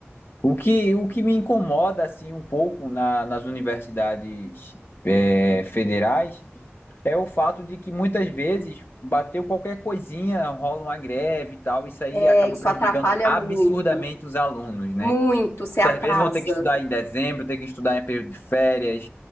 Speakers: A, on the left (about 50°); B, on the left (about 75°).
A: O que, o que me incomoda assim um pouco na- nas universidades é, federais é o fato de que muitas vezes bateu qualquer coisinha, rola uma greve e tal, isso aí
B: É,
A: acaba
B: isso
A: prejudicando
B: atrapalha
A: absurdamente
B: muito,
A: os alunos, né?
B: muito, se
A: Muitas
B: atrasa.
A: vezes vão ter que estudar em dezembro, ter que estudar em período de férias,